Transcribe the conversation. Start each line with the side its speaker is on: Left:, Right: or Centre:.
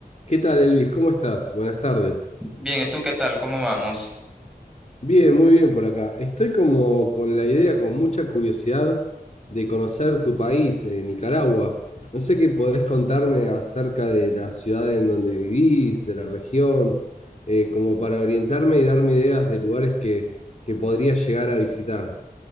Left: ¿Qué tal, Elvis? ¿Cómo estás? Buenas tardes.
Centre: Bien, ¿y tú qué tal? ¿Cómo vamos?
Left: Bien, muy bien por acá. Estoy como con la idea, con mucha curiosidad de conocer tu país, eh, Nicaragua. No sé qué podés contarme acerca de la ciudad en donde vivís, de la región, eh, como para orientarme y darme ideas de lugares que, que podría llegar a visitar.